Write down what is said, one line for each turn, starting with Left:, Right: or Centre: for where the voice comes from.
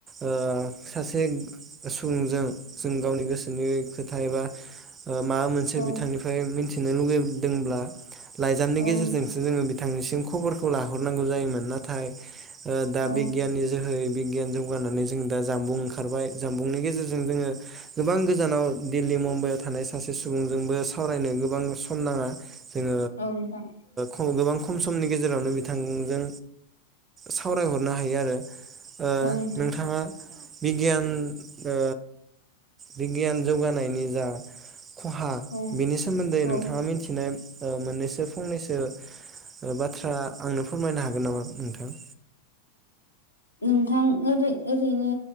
Right: ओ सासे सुबुंजों जों गावनि गोसोनि खोथा एबा ओ माबा मोनसे
Left: औ
Right: बिथांनिफ्राय मिनथि- नों लुगैदोंब्ला लाइजामनि
Left: औ
Right: गेजेरजोंसो
Left: नोंथां
Right: जोङो बिथांनिसिम खबरखौ लाहरनांगौ जायोमोन नाथाय ओ दा
Left: औ
Right: बिगियाननि जोहै बिगियान जौगानानै जों दा जानबुं ओंखारबाय जानबुंनि गेजेरजों जोङो गोबां गोजानाव दिल्ली, मुम्बाइआव थानाय सासे सुबुंजोंबो सावरायनो गोबां सम नाङा जोङो।
Left: औ नोंथां
Right: औ गोबां खम समनि गेजेरावनो बिथांजों सावरायहरनो हायो आरो। ओ
Left: औ नोंथां
Right: नोंथाङा बिगियान ओ बिगियान जौगानायनि जा खहा
Left: औ
Right: बेनि सोमोन्दै
Left: औ
Right: नोंथाङा मिथिनाय ओ मोननैसो फंनैसो बाथ्रा आंनो फोरमायनो हागोन नामा नोंथां?
Left: नोंथां ओरै ओरैनो